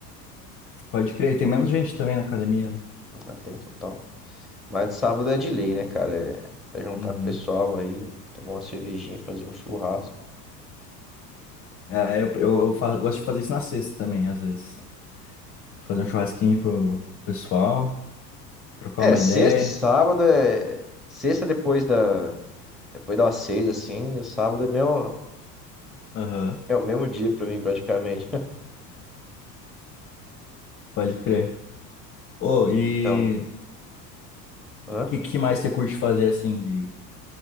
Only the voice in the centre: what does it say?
Já tem total. Mas sábado é de lei, né, cara? É, é juntar
com o pessoal aí, tomar uma cervejinha, fazer um churrasco.
É,
sexta
e sábado é. Sexta depois da. Depois das seis, assim, e sábado é, mesmo,
é o mesmo dia pra mim, praticamente. <laughs>
Então.
hã?